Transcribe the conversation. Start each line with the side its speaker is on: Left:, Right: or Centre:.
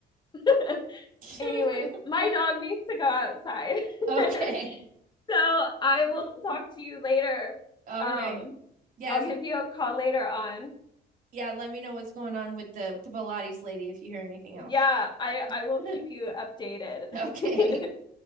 Left: <laughs>
Right: <laughs>
Left: anyways, my dog needs to go outside.
Right: okay.
Left: <laughs> so I will talk to you later.
Right: All
Left: Um,
Right: right. Yeah,
Left: I'll
Right: if
Left: give you a call later on.
Right: yeah, let me know what's going on with the with the Pilates lady if you hear anything else.
Left: Yeah, I I will keep
Right: <laughs>
Left: you updated.
Right: Okay.
Left: <laughs>